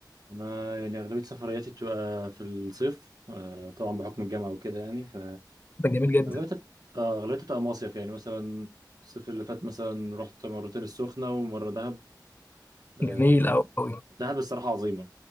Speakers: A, on the right; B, on the left.
A: انا يعني اغلبيه سفرياتي بتبقى في الصيف آه طبعا بحكم الجامعه وكده يعني ف
B: ده جميل جدا
A: اغلبيتها بت- اه اغلبيتها بتبقى مصيف يعني مثلا الصيف اللي فات مثلا رحت مرتين السخنه ومره دهب آه
B: جميل أوي أوي
A: دهب الصراحه عظيمه